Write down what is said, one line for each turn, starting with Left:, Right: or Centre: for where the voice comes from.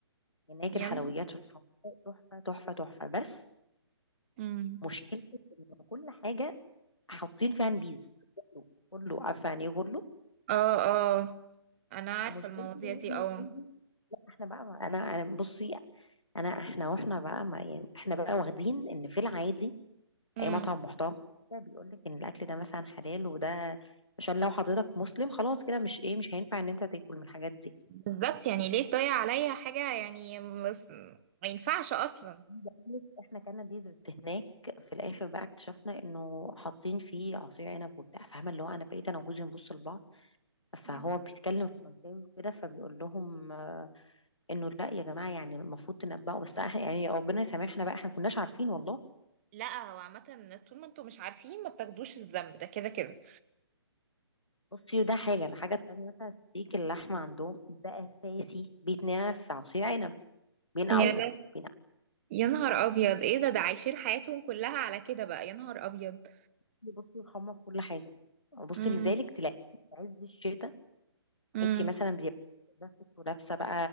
Left: هناك
Right: يا
Left: الحلويات
Right: نهار
Left: شوفها تحفه تحفه تحفه بس
Right: امم
Left: مشكلة إن كل حاجة حاطين فيها نبيذ غلو غلو عارفه يعني ايه غلو
Right: اه اه انا عارفه
Left: مشكلتي
Right: المواضيع
Left: ان
Right: دي اه
Left: احنا لا احنا بقى انا انا بصي انا احنا واحنا بقى ما يعني احنا بقى واخدين ان في العادي
Right: امم
Left: اي مطعم محترم كده بيقول لك ان الاكل ده مثلا حلال وده عشان لو حضرتك مسلم خلاص كده مش ايه مش هينفع ان انت تاكل من الحاجات دي
Right: بالظبط يعني ليه تضيع عليا حاجة يعني مس- ما ينفعش أصلا
Left: عايزة أقول لك احنا كان ديزرت هناك في الاخر بقى اكتشفنا انه حاطين فيه عصير عنب وبتاع فاهمه اللي هو انا بقيت انا وجوزي نبص لبعض فهو
Right: يعني
Left: بيتكلم فرنساوي وكده فبيقول لهم انه لا يا جماعه يعني المفروض تنبهوا بس احنا يعني ربنا يسامحنا بقى احنا ما كناش عارفين والله
Right: لا هو عامة طول ما انتوا مش عارفين ما بتاخدوش الذنب ده كده كده
Left: بصي ده حاجه الحاجه التانيه مثلا ستيك اللحمه عندهم ده اساسي بيتنقع في عصير عنب بينقعوه
Right: يا لا-
Left: بينقعوه
Right: يا نهار أبيض ايه ده ده عايشين حياتهم كلها على كده بقى يا نهار أبيض
Left: بصي يحمر كل حاجه وبصي
Right: امم
Left: لذلك تلاقي في عز الشتاء
Right: امم
Left: انت مثلا بتبقي جاكيت ولابسه بقى